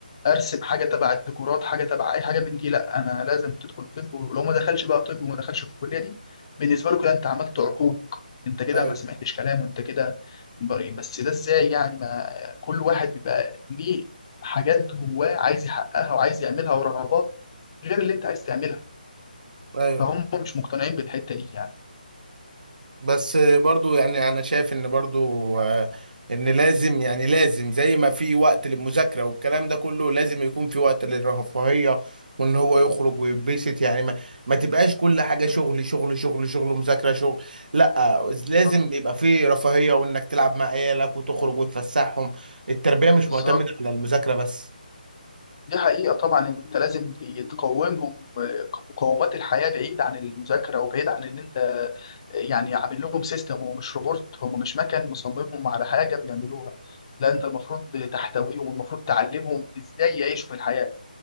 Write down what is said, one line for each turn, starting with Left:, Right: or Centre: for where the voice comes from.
Left: ارسم حاجه تبع الديكورات حاجه تبع اي حاجه من دي لا انا لازم تدخل طب ولو ما دخلش بقى طب وما دخلش الكليه دي بالنسبه له كده انت عملت عقوق انت كده
Right: ايوه
Left: ما سمعتش كلام وانت كده بريء بس ده ازاي يعني ما كل واحد بيبقى ليه حاجات جواه عايز يحققها وعايز يعملها ورغبات غير اللي انت عايز تعملها
Right: ايوه
Left: فهم مش مقتنعين بالحته دي يعني
Right: بس برضو يعني انا شايف ان برضو آه، ان لازم يعني لازم زي ما في وقت للمذاكره والكلام ده كله لازم يكون في وقت للرفاهيه وان هو يخرج ويتبسط يعني ما, ما تبقاش كل حاجه شغل
Left: مم.
Right: شغل شغل شغل مذاكره شغل لا لازم
Left: بالظبط
Right: يبقى في رفاهيه وانك تلعب مع عيالك وتخرج وتفسحهم التربيه مش
Left: بالظبط
Right: معتمده على المذاكره بس
Left: دي حقيقة طبعا انت لازم تقومهم مقومات الحياة بعيد عن المذاكرة وبعيد عن ان انت يعني عامل لهم سيستم ومش روبوت هم مش مكان مصممهم على حاجة بيعملوها لا انت المفروض تحتويهم والمفروض تعلمهم ازاي يعيشوا في الحياة